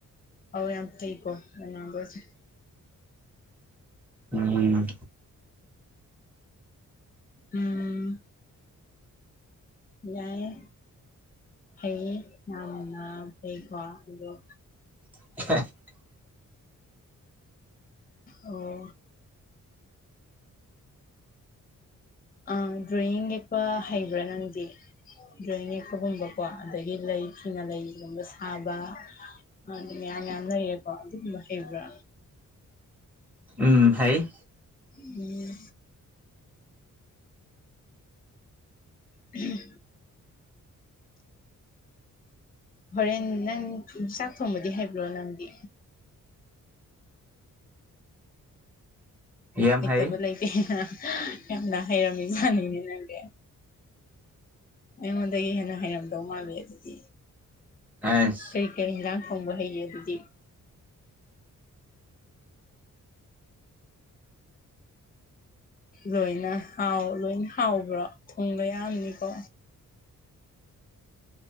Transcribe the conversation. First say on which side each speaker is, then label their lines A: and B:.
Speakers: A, on the left; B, in the centre.
A: ꯍꯥꯎ ꯌꯥꯝ ꯊꯤꯀꯣ ꯑꯗꯨꯅ ꯋꯥꯝꯕꯔꯁ
B: ꯎꯝ
A: ꯎꯝ ꯌꯥꯑꯦ ꯐꯩꯌꯦ ꯌꯥꯝꯅ ꯐꯩꯀꯣ ꯑꯣ
B: <unintelligible>
A: ꯑꯣ ꯑꯥ ꯗ꯭ꯔꯣꯣꯌꯤꯡ ꯂꯦꯛꯄ ꯍꯩꯕ꯭ꯔꯥ ꯅꯪꯗꯤ ꯗ꯭ꯔꯣꯋꯤꯡ ꯌꯦꯛꯄꯒꯨꯝꯕꯀꯣ ꯑꯗꯒꯤ ꯂꯩ ꯐꯤꯅ ꯂꯩꯒꯨꯝꯕ ꯁꯥꯕ ꯑꯗꯨ ꯃꯌꯥꯝ ꯌꯥꯝꯌꯥꯝ ꯂꯩꯌꯦꯦꯀꯣ ꯑꯗꯨꯒꯨꯝꯕ ꯍꯩꯕ꯭ꯔꯥ
B: ꯎꯝ ꯍꯥꯏꯥꯏ
A: ꯎꯝ ꯎꯝ ꯍꯣꯔꯦꯟ ꯅꯪ ꯆꯥꯛ ꯊꯣꯡꯕꯗꯤ ꯍꯩꯕ꯭ꯔꯣ ꯅꯪꯗꯤ
B: ꯌꯥꯝ
A: ꯍꯩꯇꯕ
B: ꯍꯩ
A: ꯂꯩꯇꯦ ꯌꯥꯝꯅ ꯍꯩꯔꯝꯃꯤꯖꯥꯅꯤꯅꯦ ꯅꯪꯗꯤ ꯑꯩꯉꯣꯟꯗꯒꯤ ꯍꯦꯟꯅ ꯍꯩꯔꯝꯗꯧ ꯃꯥꯜꯂꯤ ꯑꯗꯨꯗꯤ
B: ꯑꯁ
A: ꯀꯔꯤ ꯀꯔꯤ ꯍꯤꯗꯥꯛ ꯐꯪꯕ ꯍꯩꯅꯦ ꯑꯗꯨꯗꯤ ꯂꯣꯏꯅ ꯍꯥꯎ ꯂꯣꯏꯅ ꯍꯥꯎꯕ꯭ꯔꯣ ꯊꯨꯡꯒ ꯌꯥꯝꯅꯤꯀꯣ